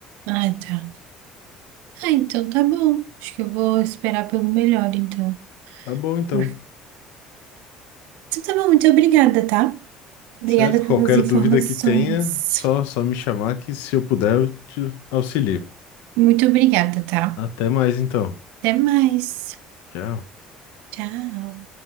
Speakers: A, on the right (about 85°); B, on the left (about 80°).
A: Ah, tá. Ah, então tá bom. Acho que eu vou esperar pelo melhor, então.
B: Tá bom, então.
A: Então tá bom, muito obrigada, tá? Obrigada
B: Certo?
A: pelas
B: Qualquer
A: informações.
B: dúvida que tenha, só, só me chamar que se eu puder eu te auxilio.
A: Muito obrigada, tá?
B: Até mais então.
A: Até mais.
B: Tchau.
A: Tchau.